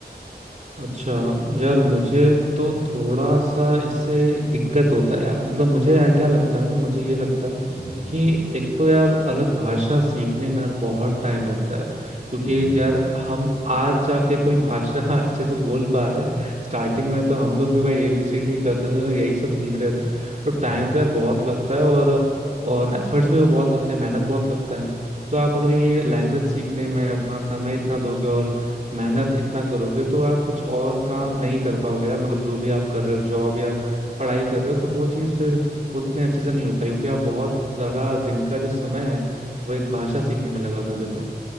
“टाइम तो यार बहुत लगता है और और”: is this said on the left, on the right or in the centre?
Right